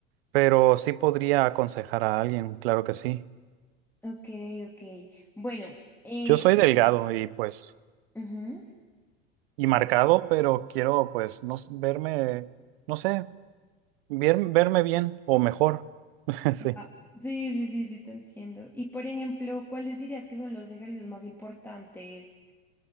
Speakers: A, on the right (about 55°); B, in the centre.
A: pero sí podría aconsejar a alguien, claro que sí.
B: Ok, ok. Bueno, eh,
A: Yo soy delgado y pues,
B: ujú.
A: y marcado, pero quiero pues no, s- verme, no sé, bien- verme bien o mejor. <laughs> Sí.
B: Ah, Sí, sí, sí, sí, te entiendo. Y por ejemplo, ¿cuáles dirías que son los ejercicios más importantes